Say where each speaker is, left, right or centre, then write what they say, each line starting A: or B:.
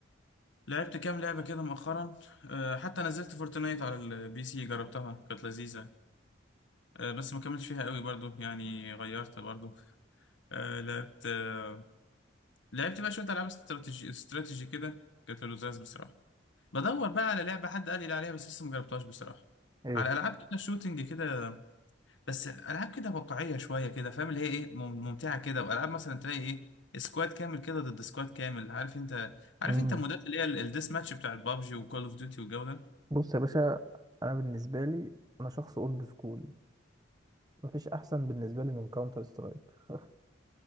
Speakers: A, on the left; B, on the right.
A: لعبت كام لعبه كده مؤخرا آه، حتى نزلت فورتنايت على البي سي جربتها كانت لذيذه آه، بس ما كملتش فيها قوي برضو يعني غيرت برضو آه، لعبت آه، لعبت بقى شويه العاب استراتيجي استراتيجي كده كانت لذاذ بصراحه بدور بقى على لعبه حد قال لي عليها بس لسه ما جربتهاش بصراحه
B: ايه
A: على العاب كده شوتنج كده بس العاب كده واقعيه شويه كده فاهم اللي هي ايه مم- ممتعه كده والعاب مثلا تلاقي ايه سكواد كامل كده ضد سكواد كامل عارف انت عارف
B: امم
A: انت المودات اللي هي ال- الديس ماتش بتاعت بابجي وكول اوف ديوتي والجو ده
B: بص يا باشا انا بالنسبة لي انا شخص اولد سكول مفيش احسن بالنسبة لي من كاونتر سترايك <laughs>